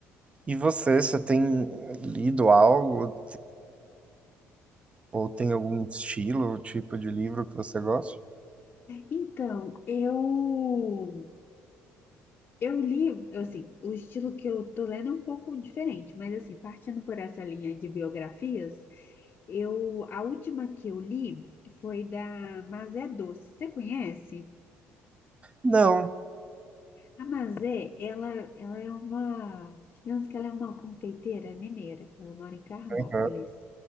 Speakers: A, on the right; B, on the left.
A: E você, você tem lido algo? Ou tem algum estilo, tipo de livro que você gosta?
B: Então, eu Eu li, assim, o estilo que eu tô lendo é um pouco diferente, mas assim, partindo por essa linha de biografias, eu a última que eu li foi da Mazé Doce. Você conhece?
A: Não,
B: A Mazé, ela, ela é uma, digamos que ela é uma confeiteira mineira. Ela mora em Carmópolis.
A: Aham,